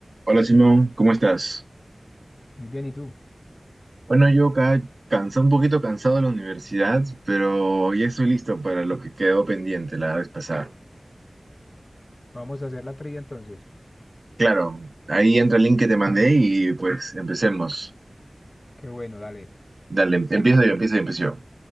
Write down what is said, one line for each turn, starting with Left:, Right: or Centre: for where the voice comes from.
Right: Hola Simón, ¿cómo estás?
Left: Muy bien, ¿y tú?
Right: Bueno, yo acá cansado, un poquito cansado de la universidad, pero ya estoy listo para lo que quedó pendiente la vez pasada.
Left: Vamos a hacer la trivia entonces.
Right: Claro, ahí entra el link que te mandé y pues empecemos.
Left: Qué bueno, dale,
Right: Dale, em- empiezo yo, empiezo yo, empiezo yo.